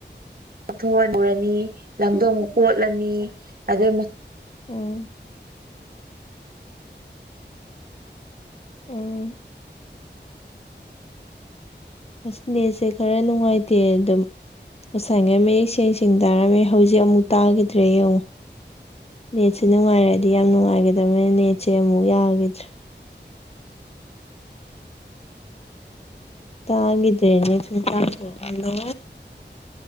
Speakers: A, on the right; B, on the left.
A: ꯀꯥꯛꯊꯣꯛꯂꯨꯔꯅꯤ ꯂꯥꯡꯗꯣꯡ ꯀꯣꯠꯂꯅꯤ ꯑꯗꯨ
B: ꯎꯝ ꯎ ꯑꯁꯅꯦꯁꯦ ꯈꯔ ꯅꯨꯡꯉꯥꯏꯇꯦ ꯑꯗꯨꯝ ꯉꯁꯥꯏꯉꯩ ꯃꯌꯦꯛ ꯁꯦꯡ ꯁꯦꯡ ꯇꯥꯔꯝꯃꯦ ꯍꯧꯖꯤꯛ ꯑꯃꯨꯛ ꯇꯥꯈꯤꯗ꯭ꯔꯦ ꯌꯦꯡꯉꯣ ꯅꯦꯠꯁꯦ ꯅꯨꯡꯉꯥꯏꯔꯛꯑꯗꯤ ꯌꯥꯝ ꯅꯨꯡꯉꯥꯏꯒꯗꯕꯅꯦ ꯅꯦꯠꯁꯦ ꯑꯃꯨꯛ ꯌꯥꯈꯤꯗ꯭ꯔꯦ ꯇꯒꯗ꯭ꯔꯦꯅ ꯁ ꯇ ꯍꯜꯂꯣ